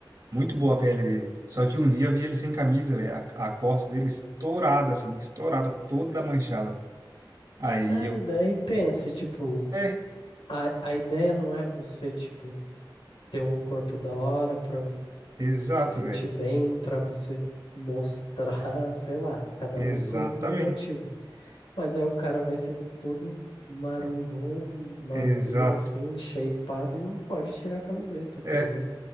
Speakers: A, on the right; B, on the left.
A: Muito boa a pele dele. Só que um dia eu vi ele sem camisa, velho. A, a costa dele estourada, assim, estourada, toda manchada. Aí
B: É,
A: eu,
B: e daí pense, tipo,
A: é,
B: a, a ideia não é você, tipo, ter um corpo da hora pra
A: exato,
B: se sentir
A: velho.
B: bem, pra você mostrar, <laughs> sei lá, cada
A: Exatamente.
B: um por, por um motivo. Mas aí o cara vai ser todo marombom, marombeiro,
A: Exato.
B: assim, shapeado e não pode tirar a camiseta,
A: É.
B: por exemplo.